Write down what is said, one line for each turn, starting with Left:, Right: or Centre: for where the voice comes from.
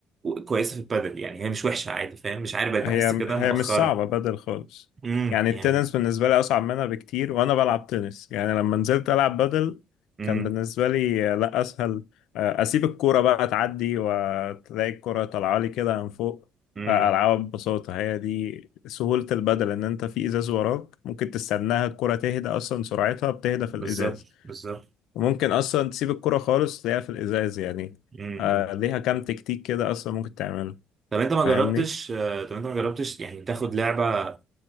Right: كويسه في البادل يعني هي مش وحشه عادي فاهم مش عارف بقيت
Left: هي
Right: بحس كده
Left: هي
Right: مؤخرا
Left: مش صعبة بدل خالص
Right: امم
Left: يعني
Right: يعني
Left: التنس بالنسبة لي أصعب منها بكتير وأنا بلعب تنس يعني لما نزلت ألعب بدل
Right: امم
Left: كان بالنسبة لي آه، لا أسهل آه، أسيب الكورة بقى تعدي وتلاقي الكورة طالعة لي كده من فوق
Right: امم
Left: آه، ألعبها ببساطة هي دي سهولة البدل إن أنت في إزاز وراك ممكن تستناها الكورة تهدى أصلا سرعتها بتهدى
Right: بالظبط
Left: في الإزاز
Right: بالظبط
Left: وممكن أصلا تسيب الكورة خالص تلاقيها في الإزاز يعني
Right: امم
Left: آه،
Right: امم.
Left: ليها كام تكتيك كده أصلا ممكن تعمله
Right: طب انت ما
Left: فاهمني؟
Right: جربتش آه، طب انت ما جربتش يعني تاخد لعبه